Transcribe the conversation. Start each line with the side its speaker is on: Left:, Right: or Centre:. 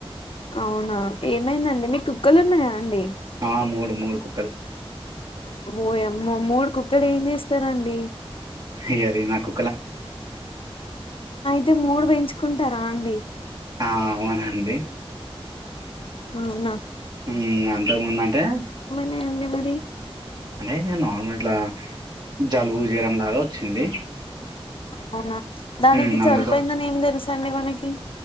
Left: అవునా ఏమైందండి మీకు కుక్కలు ఉన్నాయా అండి
Right: ఆ మూడు మూడుకు
Left: ఓయమ్మో మూడు కుక్కలు ఏం చేస్తరండి
Right: ఇగ అదే నాకు
Left: అయితే మూడు పెంచుకుంటారా అండి
Right: ఆ అవునండి
Left: అవునా
Right: హ్మ్ అంతకుముందు అంటే
Left: ఏముంది మరి
Right: అంటే నార్మల్ ఇట్లా జలుబు జ్వరం లాగా వచ్చింది
Left: అవునా దానికి
Right: మ్మ్
Left: చనిపోయిందని
Right: అందుకు
Left: ఏం తెలుసండి మనకి